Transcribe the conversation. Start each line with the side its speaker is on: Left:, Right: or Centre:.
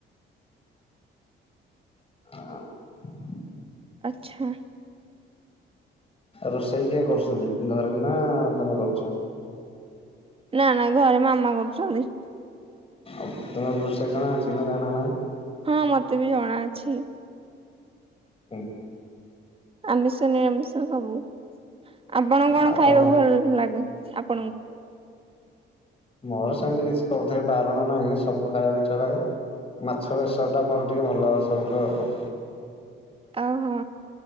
Left: <unintelligible>
Right: ଆଚ୍ଛା।
Left: ରୋଷେଇ କିଏ କରୁଛନ୍ତି ଘରେ ନା ତମେ କରୁଚ?
Right: ନା ନା ଘରେ ମାମା କରୁଛନ୍ତି।
Left: ଆଉ ତୁମକୁ ରୋଷେଇ ଜଣା ଅଛି ନା ଜଣା ନାହିଁ?
Right: ହଁ ମତେ ବି ଜଣା ଅଛି।
Left: ହୁଁ।
Right: ଆମିଷ ନିରାମିଷ ସବୁ ଆପଣ କଣ
Left: ଆଉ
Right: ଖାଇବାକୁ
Left: ତାହେଲେ
Right: ଭଲ ଲାଗେ ଆପଣଙ୍କୁ?
Left: ମୋର ସେମିତି କିଛି କୋଉଥିରେ ବାରଣ ନାହିଁ ସବୁ ଖାଇବାକୁ ଇଚ୍ଛା ଲାଗେ ମାଛ ବେସର ଟା ମୋର ଟିକେ ଭଲ ସବୁଠୁ ଆଉ।
Right: ଓହୋ